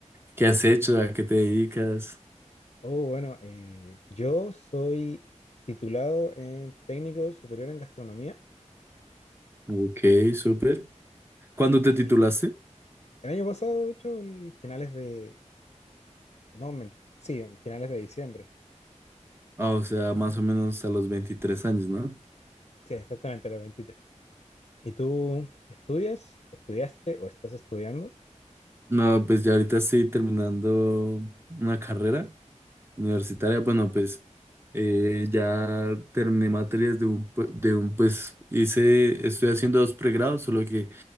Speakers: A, on the right; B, on the left.
A: qué has hecho? ¿A qué te dedicas?
B: Oh, bueno, eh, yo soy titulado en técnico superior en gastronomía
A: Ok, súper. ¿Cuándo te
B: y
A: titulaste?
B: el año pasado, de hecho, el finales de, no, men- sí, en finales de diciembre.
A: Ah, o sea, más o menos a los 23 años, ¿no?
B: Sí, exactamente, a los 23. ¿Y tú estudias, estudiaste o estás estudiando?
A: No, pues ya ahorita estoy terminando una carrera universitaria. Bueno, pues eh, ya terminé materias de un, pu- de un, pues hice, estoy haciendo dos pregrados, solo que